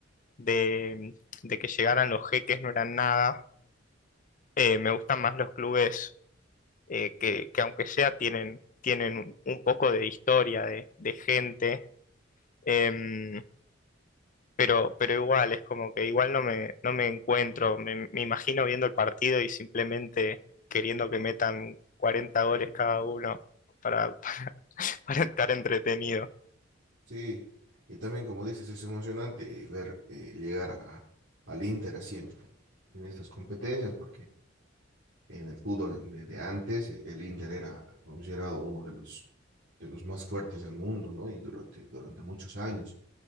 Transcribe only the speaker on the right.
Sí, y también como dices, es emocionante eh, ver eh, llegar a, al Inter así en, en estas competencias, porque en el fútbol de, de antes eh, el Inter era considerado uno de los, de los más fuertes del mundo, ¿no? Y durante, durante muchos años,